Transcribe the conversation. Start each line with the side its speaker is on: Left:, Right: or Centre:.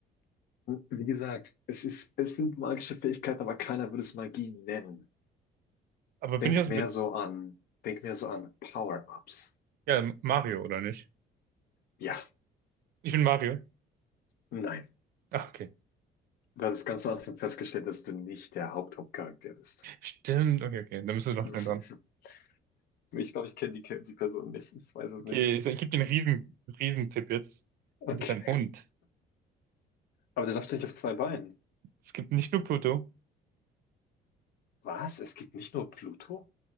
Left: Wie gesagt, es ist, es sind magische Fähigkeiten, aber keiner würde es Magie nennen.
Right: Aber bin
Left: Denk
Right: ich das
Left: mehr
Right: mit,
Left: so an, denk mehr so an Power-Ups.
Right: ja, Mario oder nicht?
Left: Ja,
Right: Ich bin Mario.
Left: nein.
Right: Ach, okay.
Left: Das ist ganz am Anfang festgestellt, dass du nicht der Haupt Hauptcharakter bist.
Right: Stimmt, okay, okay, dann bist du
Left: <laughs>
Right: noch schnell dran.
Left: Ich glaube, ich kenne die, die Person nicht. Ich weiß es
Right: Okay,
Left: nicht.
Right: ich, ich gebe dir einen riesen, riesen Tipp jetzt. Du
Left: Okay.
Right: bist ein Hund.
Left: Aber der läuft ja nicht auf zwei Beinen.
Right: Es gibt nicht nur Pluto.
Left: Was? Es gibt nicht nur Pluto?